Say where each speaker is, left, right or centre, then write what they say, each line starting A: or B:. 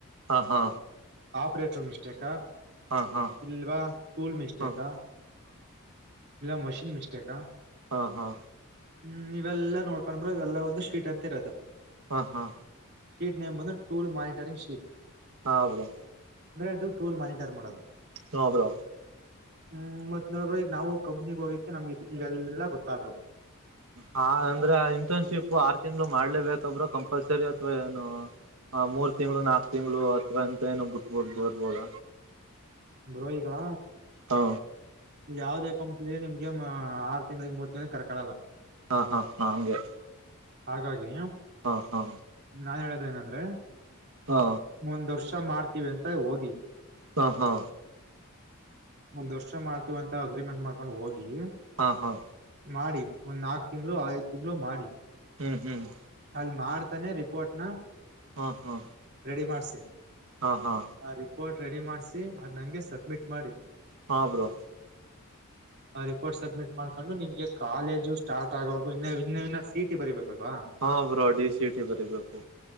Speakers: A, on the right (about 75°); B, on the right (about 50°).
A: ಹಾ ಹಾ
B: ಆಪ್ರೇಟರ್ ಮಿಸ್ಟೇಕ
A: ಹಾ ಹಾ ಹಾ
B: ಇಲ್ವಾ ಟೂಲ್ ಮಿಸ್ಟೇಕಾ
A: ಹಾ
B: ಇಲ್ಲ ಮಷಿನ್ ಮಿಸ್ಟೇಕಾ
A: ಹಾ ಹಾ
B: ಹ್ಮ್ ಇವೆಲ್ಲ ನೋಡ್ಕೊಂಡ್ರು ಇವೆಲ್ಲ ಒಂದು ಸ್ವೀಟ್ ಅಂತ ಇರೋದು
A: ಹಾ ಹಾ
B: ಶೀಟ್ ನೇಮ ಬಂದು ಟೂಲ್ ಮಾನಿಟರಿಂಗ್ ಶೀಟ್
A: ಹಾಂ ಹ
B: ಮಂದ್ರೆ ಇದು ಟೂಲ್ ಮಾನಿಟರ್ ಮಾಡೋದು
A: ನೋ ಬ್ರೋ
B: ಹ್ಮ್ ಮತ್ ನೋಡಬ್ರೆ ಈಗ ನಾವು ಕಂಪ್ನಿಗ್ ಹೋಗಿಕ್ಕೆ ನಮ್ಗೆ ಈಗೆಲ್ಲಾ ಗೊತ್ತಾದದು
A: ಹಾ ಅಂದ್ರೆ ಇಂಟರ್ನ್ಶಿಪ್ ಆರು ತಿಂಗ್ಗಳು ಮಾಡ್ಲೇಬೇಕಬ್ ಕಂಪಲ್ಸರಿ ಅಥವಾ ಏನು ಹ ಮೂರ್ ತಿಗಳು ನಾಕ್ ತಿಂಗಗಳು ಅಥ್ವಾ ಇಂತ ಏನೋ ಬಿಟ್ಬಡ್ ಬೋರ್ಬೋದ
B: ಬರೋಹಿಕಾ
A: ಹಾ
B: ಯಾವದೇ ಕಂಪ್ನಿಯ ನಿಮ್ಗೆ ಆರು ತಿಂಗ್ಳಿಗೆ ಮೂರ್ ತಿಂಗ್ಳಿಗೆ ಕರ್ಕಳಲ್ಲ
A: ಹಾ ಹಾ ಹಾ ಹಂಗೆ
B: ಹಾಗಾಗಿ
A: ಹಾ ಹಾ
B: ನಾನ್ ಹೇಳೋದೇಏನಂದ್ರೆ
A: ಹಾ
B: ಮುಂದ್ ವರ್ಷ ಮಾಡ್ತೀವಿ ಅಂತ ಹೋಗಿ
A: ಹಾ ಹಾ
B: ಒಂದ್ ವರ್ಷ ಮಾಡ್ತೀವಂತ ಅಗ್ರಿಮೆಂಟ್ ಮಾಡ್ಕೊಂಡ್ ಹೋಗಿ
A: ಹಾ ಹಾ
B: ಮಾಡಿ ಒಂದ್ ನಾಕ್ ತಿಂಗಳು ಐದ್ ತಿಂಗಗಳು ಮಾಡಿ
A: ಹ್ಮ್ ಹ್ಮ್
B: ಅಲ್ ಮಾಡ್ತಾನೆ ರಿಪೋರ್ಟ್ ನ
A: ಹ್ಮ ಹ್ಮ
B: ರೆಡಿ ಮಾಡ್ಸಿ
A: ಹಾ ಹಾ
B: ಆ ರಿಪೋರ್ಟ್ ರೆಡಿ ಮಾಡ್ಸಿ ಅದ್ ನಂಗೆ ಸಬ್ಮಿಟ್ ಮಾಡಿ
A: ಹಾ ಬ್ರೋ
B: ಆ ರಿಪೋರ್ಟ್ ಸಬ್ಮಿಟ್ ಮಾಡ್ಕೊಂಡು ನಿಮ್ಗೆ ಕಾಲೇಜು ಸ್ಟಾರ್ಟ್ ಆಗೋು ಇನ್ನ ಇನ್ನನ್ನ ಸೀಟಿ ಬರಿೀಬೇಕಲ್ವಾ
A: ಹಾ ಬ್ರೋ ಡಿ ಸಿ ಟಿ ಬರೀಬೇಕು